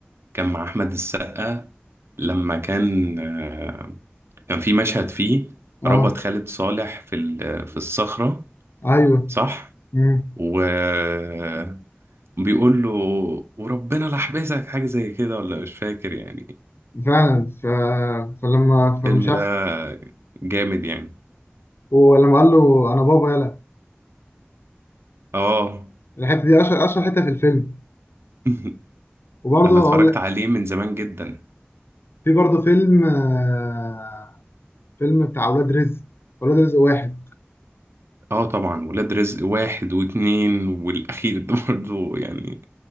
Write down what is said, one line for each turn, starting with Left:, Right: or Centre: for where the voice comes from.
Right: كان مع احمد السقا لما كان آه، كان في مشهد فيه
Left: اه
Right: ربط خالد صالح في ال- في الصخرة
Left: ايوه
Right: صح
Left: مم.
Right: وبيقول له وربنا لحبسك حاجة زي كده ولا مش فاكر يعني
Left: فعلا ف... فلما
Right: الفيلم
Left: فلما شاف
Right: ده جامد يعني
Left: ولما قال له انا بابا يلا
Right: اه
Left: الحته دي اشهر اشهر حته في الفيلم
Right: <laughs>
Left: وبرضه
Right: انا اتفرجت
Left: اقول لك
Right: عليه من زمان جدا
Left: في برضه فيلم آه... فيلم بتاع اولاد رزق اولاد رزق واحد
Right: اه طبعا ولاد رزق واحد واتنين والاخير ده برضو يعني